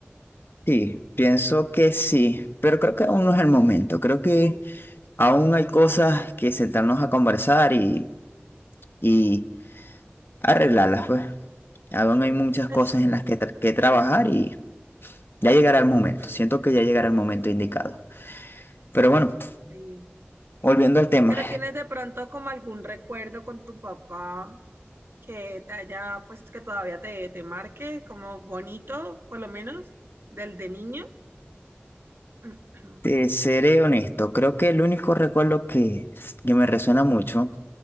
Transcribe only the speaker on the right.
Pues
sí,
mm,
sí.
Pero tienes de pronto como algún recuerdo con tu papá que te haya, pues que todavía te, te marque como bonito, por lo menos, del de niño. <clears throat>